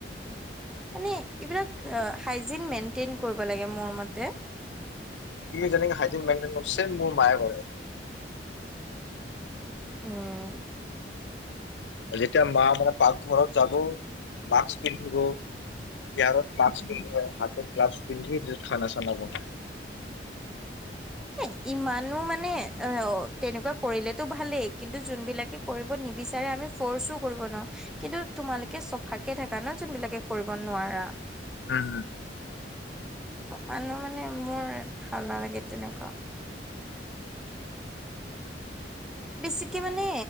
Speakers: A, in the centre; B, on the left (about 80°).
A: মানে এইবিলাক আ হাইজেন মেনণ্টিন কৰিব লাগে মোৰ মতে
B: তুমি যেনেকে হাইজেন মেইণ্টেইন কৰিছে মোৰ মায়ে কৰে
A: উম
B: যেতিয়া মা মানে পাকঘৰত যাব মাস্ক পিন্ধিব ইয়াৰত মাক্স পিন্ধি হাতৰ গ্লাভছ পিন্ধি খানা চানা বনায়
A: এ ইমানো মানে অ তেনেকুৱা কৰিলেতো ভালেই কিন্তু যোনবিলাকে কৰিব নিবিচাৰে আমি ফৰ্চো কৰিব নোৱাৰো কিন্তু তোমালোকে চফাকে থাকা ন যোনবিলাকে কৰিব নোৱাৰা
B: উম হুম
A: মানুহ মানে মোৰ ভাল নালাগে তেনেকুৱা বেছিকে মানে